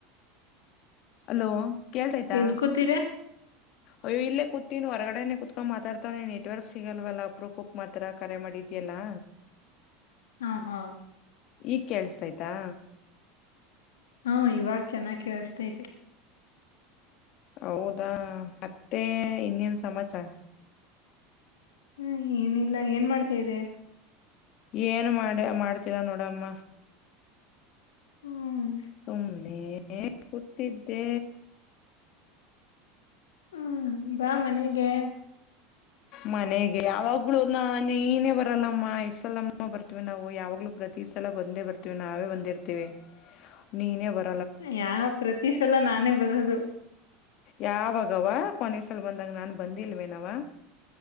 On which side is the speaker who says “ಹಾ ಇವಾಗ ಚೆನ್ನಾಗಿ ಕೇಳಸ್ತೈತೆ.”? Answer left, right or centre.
Left